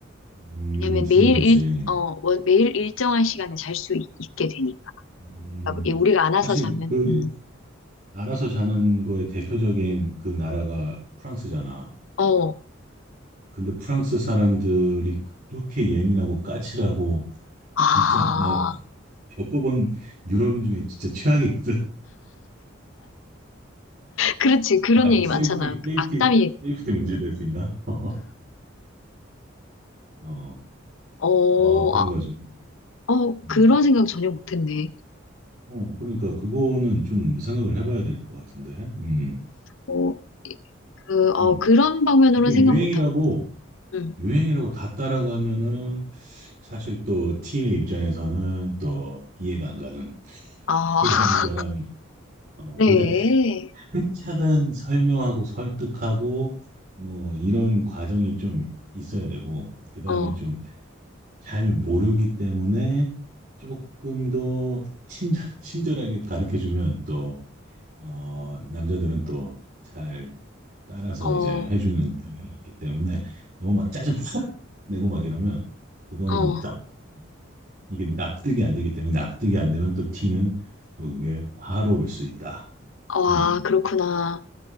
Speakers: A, on the right (about 45°); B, on the left (about 75°).
A: 음,
B: 왜냐면
A: 수면의
B: 매일 일,
A: 질.
B: 어, 월- 매일 일정한 시간에 잘 수 있게 되니까.
A: 음,
B: 그러니까 이게 우리가 안아서
A: 사실
B: 자면,
A: 그
B: 음,
A: 알아서 자는 거의 대표적인 그 나라가 프랑스잖아.
B: 어,
A: 근데 프랑스 사람들이 그렇게 예민하고 까칠하고
B: 아,
A: 진짜 나 겪어본 유럽인 중에 진짜 최악이거든. <laughs>
B: 그렇지. 그런
A: 아 이거
B: 얘기
A: 세이프티
B: 많잖아. 그
A: 세이프티
B: 악담이,
A: 세이프티 문제 될 수 있나? <laughs> 어,
B: 어,
A: 아 그래가지고
B: 아, 어,
A: 음.
B: 그런 생각 전혀 못했네.
A: 어 그러니까 그거는 좀 생각을 해봐야 될 것 같은데. 음,
B: 어, 이- 그, 어,
A: 음.
B: 그런 방면으로는
A: 근데 유행이라고
B: 생각 못하고. 응.
A: 유행이라고 다 따라가면은 사실 또 T의 입장에서는 또 이해가 안 가는.
B: 아,
A: 그런
B: <laughs>
A: 경향이. 어,
B: 그래.
A: 그러니까 차근 설명하고 설득하고 뭐 이런 과정이 좀 있어야 되고 그다음에
B: 어,
A: 좀 잘 모르기 때문에 조금 더 친절, 친절하게 가르쳐 주면 또 어, 남자들은 또 잘 따라서
B: 어,
A: 이제 해주는 경향이 있기 때문에 너무 막 짜증 확 내고 막 이러면 그거는
B: 어,
A: 납, 이게 납득이 안 되기 때문에 납득이 안 되면 또 티는 또 그게 화로 올 수 있다.
B: 와,
A: 음.
B: 그렇구나.